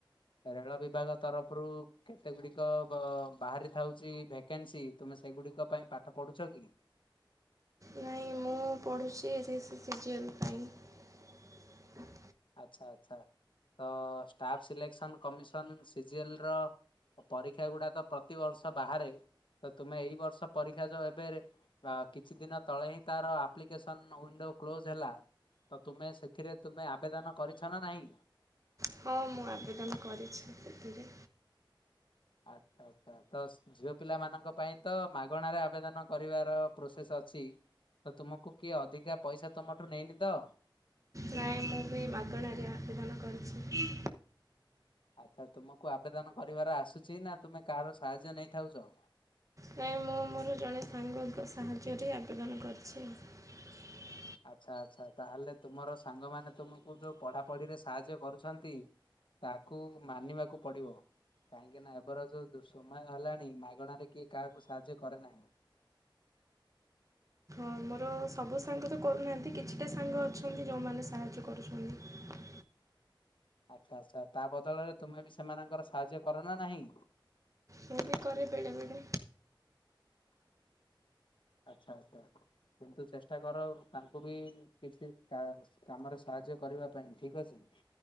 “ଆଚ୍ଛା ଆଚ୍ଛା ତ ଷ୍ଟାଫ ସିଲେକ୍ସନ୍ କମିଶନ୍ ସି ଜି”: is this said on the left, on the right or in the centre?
Left